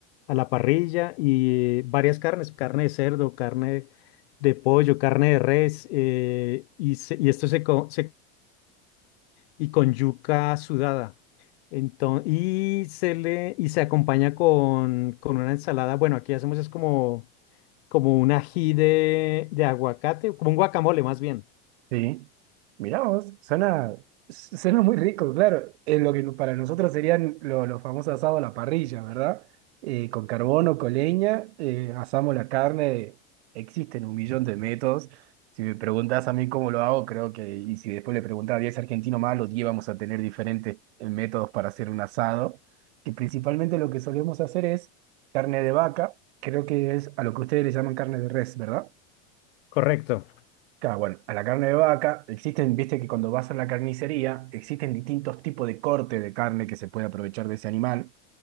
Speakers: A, on the left; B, on the right.
A: a la parrilla y varias carnes, carne de cerdo, carne de pollo, carne de res, eh, y, se- y esto se, co- se y con yuca sudada. Entonces, y se le, y se acompaña con, con una ensalada. Bueno, aquí hacemos es como, como un ají de, de aguacate, como un guacamole más bien.
B: Sí, mirá vos, suena, suena muy rico, claro. Es lo que no, para nosotros serían lo- los famosos asados a la parrilla, ¿verdad? Eh, con carbón o con leña, eh, asamos la carne. Existen un millón de métodos. Si me preguntas a mí cómo lo hago, creo que, y si después le preguntas a 10 argentinos más, los 10 vamos a tener diferentes eh, métodos para hacer un asado. Que principalmente lo que solemos hacer es carne de vaca, creo que es a lo que ustedes le llaman carne de res, ¿verdad?
A: Correcto.
B: Claro, bueno, a la carne de vaca existen, viste que cuando vas a la carnicería existen distintos tipos de corte de carne que se puede aprovechar de ese animal.